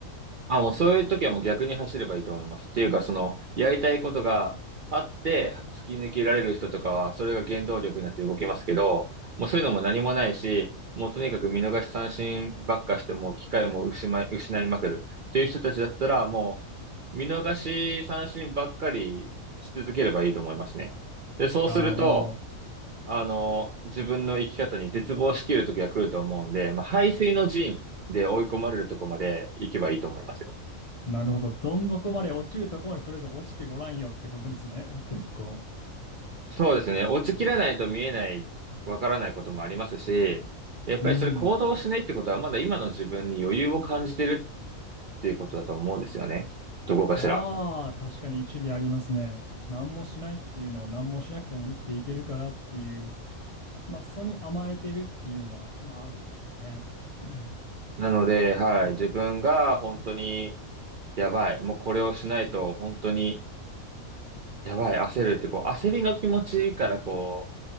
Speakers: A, on the right; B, on the left.
A: あ、もうそういう時はもう逆に走ればいいと思います。っていうか、その、やりたいことがあって、突き抜けられる人とかは、それが原動力になって動きますけど、もうそういうのも何もないし、もうとにかく見逃し三振ばっかしても、機会も失い、失いまくる。っていう人たちだったら、もう、見逃し三振ばっかりし続ければいいと思いますね。で、そうすると、
B: ああー、も
A: あの、自分の生き方に絶望しきる時が来ると思うんで、まあ、背水の陣で追い込まれるとこまで行けばいいと思いますよ。
B: う、なるほど。どん底まで落ちるとこまでとりあえず落ちてごらんよってことですね。<laughs> 結構。
A: そうですね。落ちきらないと見えない、わからないこともありますし、やっぱりそれ行動しないってことは、
B: うん。
A: まだ今の自分に余裕を感じてるっていうことだと思うんですよね。どこかしら。
B: ああ、確かに一理ありますね。何もしないっていうのは何もしなくても生きていけるからっていう、まあ、それに甘えてるっていうのは、まあ、あるでしょうね。<clears throat>
A: なので、はい。自分が本当に、やばい。もうこれをしないと、本当に、やばい。焦るって、こう、焦りの気持ちからこう、